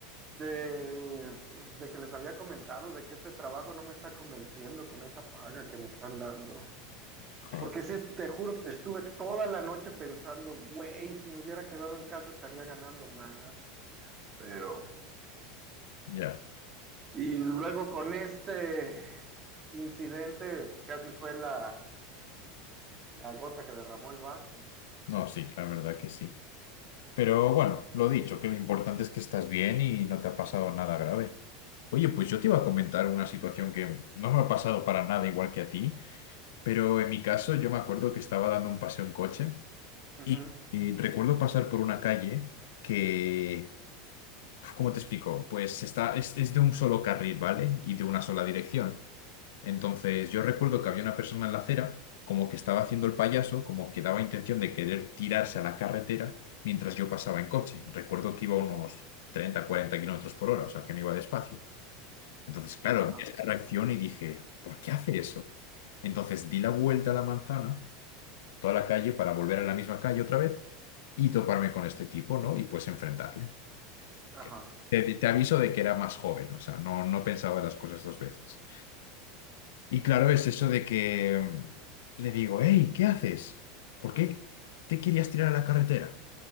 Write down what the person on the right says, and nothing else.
de, pues, de que les había comentado de que este trabajo no me está convenciendo con esa paga que me están dando.
Porque si te juro, estuve toda la noche pensando, güey, si me hubiera quedado en casa estaría ganando más. Pero,
y luego con este incidente casi fue la, la gota que derramó el vaso.
Ujú.
Ajá,
ajá,